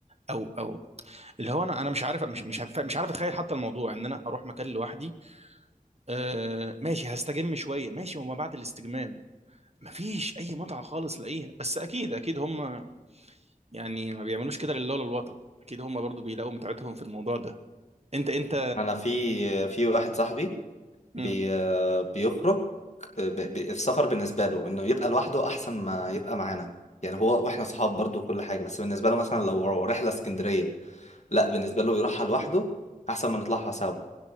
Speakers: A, on the right; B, on the left.
A: او او اللي هو انا انا مش عارف مش مش هف- مش عارف اتخيل حتى الموضوع ان انا اروح مكان لوحدي آه ماشي هستجم شويه ماشي وما بعد الاستجمام مفيش اي متعه خالص لاقيها بس اكيد اكيد هم يعني ما بيعملوش كده لله ولا الوطن اكيد هم برضو بيلاقوا متعتهم في الموضوع ده انت انت
B: انا في في واحد صاحبي
A: مم،
B: بي بيخرج ب- ب- السفر بالنسبه له انه يبقى لوحده احسن ما يبقى معانا يعني هو واحنا اصحاب برضو وكل حاجه بس بالنسبه له مثلا لو رحله اسكندريه لا بالنسبه له يروحها لوحده احسن ما نطلعها سوا